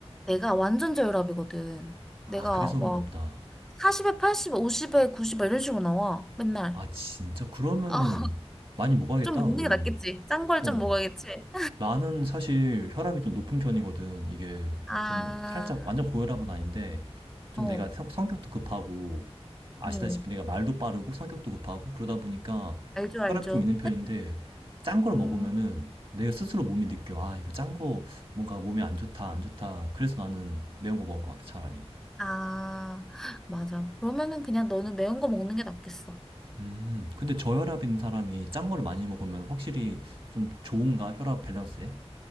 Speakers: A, in the centre; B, on the right.
A: 내가 완전 저혈압이거든. 내가
B: 아, 그래서 그런가
A: 와,
B: 보다.
A: 40에 80에 50에 90에 이런 식으로 나와. 맨날.
B: 아, 진짜? 그러면은
A: 어, <laughs>
B: 많이 먹어야겠다,
A: 좀 먹는
B: 너는.
A: 게 낫겠지. 짠 걸
B: 어.
A: 좀 먹어야겠지.
B: 나는 사실 혈압이 좀 높은 편이거든. 이게
A: 아,
B: 좀 살짝 완전 고혈압은 아닌데 좀
A: 어,
B: 내가 성, 성격도 급하고 아시다시피
A: 어,
B: 내가 말도 빠르고 성격도 급하고 그러다 보니까
A: 알죠,
B: 혈압이
A: 알죠.
B: 좀 있는 편인데 짠 걸
A: 음,
B: 먹으면은 내가 스스로 몸이 느껴. 아, 이거 짠 거 뭔가 몸에 안 좋다, 안 좋다. 그래서 나는 매운 거 먹을 것 같아, 차라리.
A: 아, <gasps> 맞아. 그러면은 그냥 너는 매운 거 먹는 게 낫겠어.
B: 음, 근데 저혈압인 사람이 짠 거를 많이 먹으면 확실히 좀 좋은가? 혈압 밸런스에?